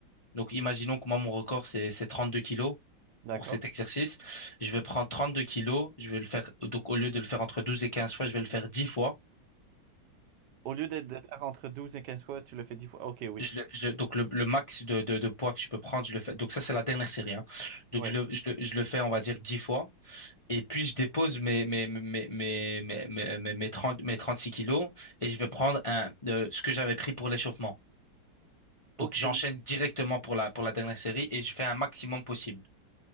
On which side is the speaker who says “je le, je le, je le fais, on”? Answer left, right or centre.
Left